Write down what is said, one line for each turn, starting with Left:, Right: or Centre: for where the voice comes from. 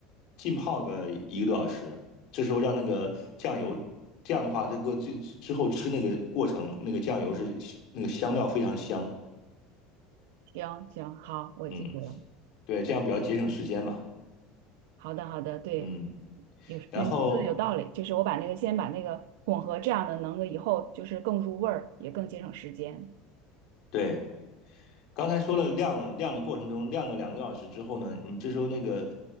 Left: 浸泡个一个多小时。这时候让那个酱油，这样的话，这个最之后吃那个过程，那个酱油是那个香料非常香。
Right: 行行，好，我记住了。
Left: 嗯，对，这样比较节省时间嘛。
Right: 好的好的，对，
Left: 嗯，
Right: 有有这说的有道理，
Left: 然后
Right: 就是我把那个先把那个混合，这样的能够以后就是更入味儿，也更节省时间。
Left: 对。刚才说了晾了晾的过程中，晾个两个多小时之后呢，你这时候那个